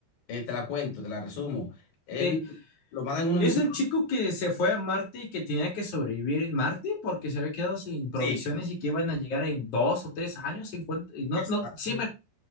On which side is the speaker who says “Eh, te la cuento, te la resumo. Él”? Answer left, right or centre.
Left